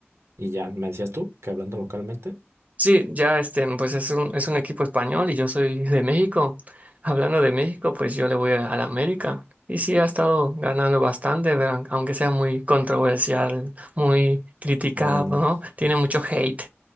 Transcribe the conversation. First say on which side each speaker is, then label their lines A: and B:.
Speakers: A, on the right; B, on the right.
A: Y ya, me decías tú que hablando localmente.
B: Sí, ya este, pues es un, es un equipo español y yo soy de México. Hablando de México, pues yo le voy a, a la América. Y sí, ha estado ganando bastante, pero aunque sea muy controversial, muy criticado,
A: Oh, no.
B: ¿no? Tiene mucho hate